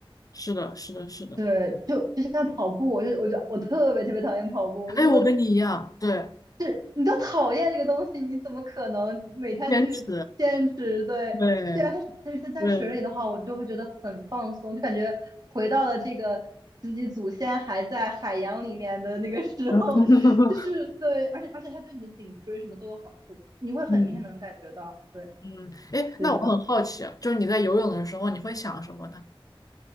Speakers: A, on the left (about 40°); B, on the right (about 45°).
A: 是的，是的，是的。
B: 对，就就像跑步，我就我就我特别特别讨厌跑步，
A: 哎，
B: 我就觉得。
A: 我跟你一样，对，
B: 是你都讨厌这个东西，你怎么可能每天去坚持？
A: 坚持，
B: 对，
A: 对
B: 对啊，但是但是在水里的话，
A: 对，
B: 我就会觉得很放松，就感觉回到了这个自己祖先还在海洋里面的那个时候，
A: <laughs>
B: <laughs> 就是对，而且而且它对你的颈椎什么都有好处，你会很明显能感觉到。
A: 嗯
B: 对，
A: 嗯，哎，
B: 是的，
A: 那我很好奇啊，就是你在游泳的时候，你会想什么呢？